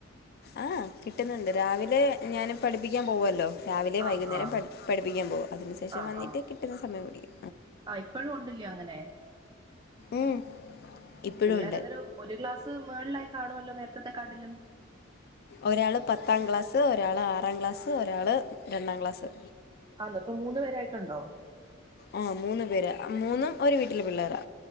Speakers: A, on the left; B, on the right.
A: ആഹ് കിട്ടുന്നുണ്ട്. രാവിലെ ഞാന് പഠിപ്പിക്കാൻ പോവുവല്ലോ. രാവിലെയും
B: ആഹ്
A: വൈകുന്നേരോം
B: ആഹ്
A: പഠി പഠിപ്പിക്കാൻ പോകും. അതിനു ശേഷം
B: ആഹ്
A: വന്നിട്ട് കിട്ടുന്ന സമയം പഠിക്കും.
B: ആഹ് ഇപ്പഴും ഉണ്ടല്ല്യോ അങ്ങനെ.
A: ഉം ഇപ്പഴുണ്ട്.
B: വേറന്തെരു ഒരു ക്ലാസ് മേളിലായി കാണുവല്ലോ നേരത്തത്തെകാട്ടിലും.
A: ഒരാള് പത്താം ക്ലാസ്, ഒരാള് ആറാം ക്ലാസ്, ഒരാള് രണ്ടാം ക്ലാസ്സ്.
B: ആന്നൊ, ഇപ്പൊ മൂന്ന് പേരായിട്ടുണ്ടോ?
A: ആഹ് മൂന്ന് പേരാ. ആ മൂന്നും ഒരു വീട്ടിലെ പിള്ളേരാ.